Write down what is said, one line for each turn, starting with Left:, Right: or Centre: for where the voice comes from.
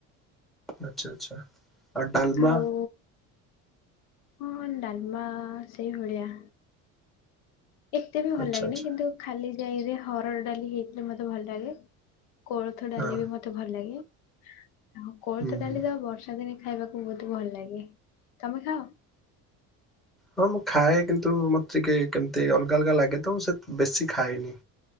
Centre: ଆଚ୍ଛା ଆଚ୍ଛା। ଆଉ ଡାଲମା
Left: ଆଉ କଁ ଡାଲମା ସେଇ ଭଳିଆ। ଏତେ ବି ଭଲ
Centre: ଆଚ୍ଛା
Left: ଲାଗେନି
Centre: ଆଚ୍ଛା
Left: କିନ୍ତୁ ଖାଲି ଜାଇରେ ହରଡ ଡାଲି ହେଇଥିଲେ ମତେ ଭଲ ଲାଗେ। କୋଳଥ ଡାଲି
Centre: ହଁ
Left: ବି ମତେ ଭଲ ଲାଗେ ଆଉ କୋଳଥ
Centre: ହୁଁ
Left: ଡାଲି
Centre: ହୁଁ
Left: ତ ବର୍ଷା ଦିନେ ଖାଇବାକୁ ଭୋଉତୁ ଭଲ ଲାଗେ ତମେ ଖାଅ?
Centre: ହଁ ମୁଁ ଖାଏ କିନ୍ତୁ ମତେ ଟିକେ କେମତି ଅଲଗା ଅଲଗା ଲାଗେ ତ ମୁଁ ସେ ବେଶୀ ଖାଏନି